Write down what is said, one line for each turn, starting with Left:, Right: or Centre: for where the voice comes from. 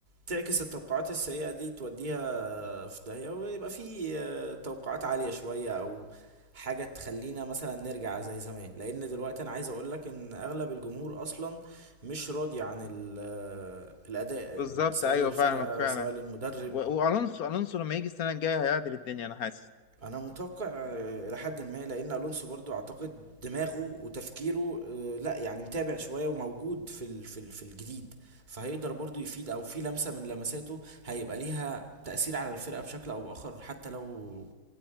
Right: تعكس التوقعات السيئة دي توديها في داهية ويبقى في آه، توقعات عالية شوية او حاجة تخلينا مثلا نرجع زي زمان لان دلوقتي انا عايز اقولك ان اغلب الجمهور اصلا مش راضي عن ال- آه، الاداء
Left: بالظبط
Right: سواء
Left: ايوه
Right: للفرقة
Left: فاهمك فعلا
Right: سواء للمدرب
Left: و- والونسو الونسو لما يجي السنه الجايه هيعدل الدنيا انا حاسس
Right: انا متوقع آه، الى حد ما لان الونسو برضو اعتقد دماغه وتفكيره آه، لا يعني متابع شوية وموجود في ال- في ال- في الجديد فهيقدر برضو يفيد او في لمسة من لمساته هيبقى ليها تأثير على الفرقة بشكل او بآخر حتى لو